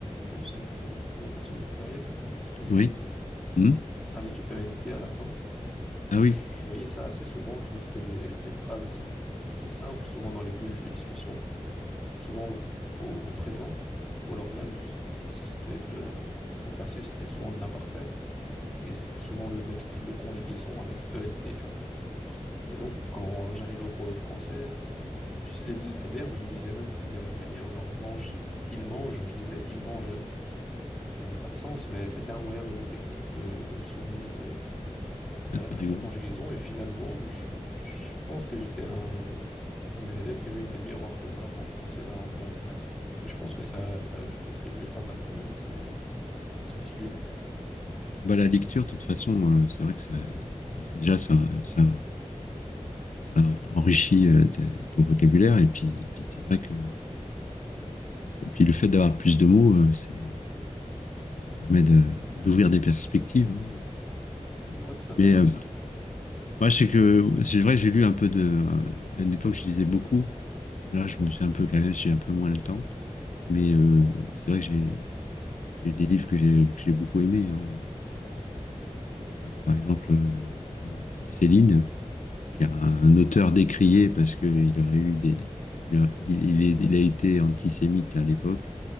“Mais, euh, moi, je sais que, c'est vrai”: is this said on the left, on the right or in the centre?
Left